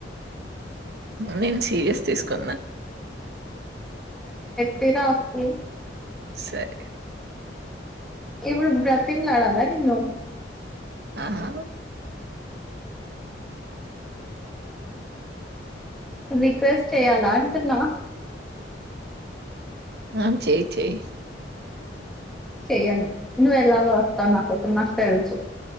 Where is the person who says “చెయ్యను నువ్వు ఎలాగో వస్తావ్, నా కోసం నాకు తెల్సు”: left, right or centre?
Centre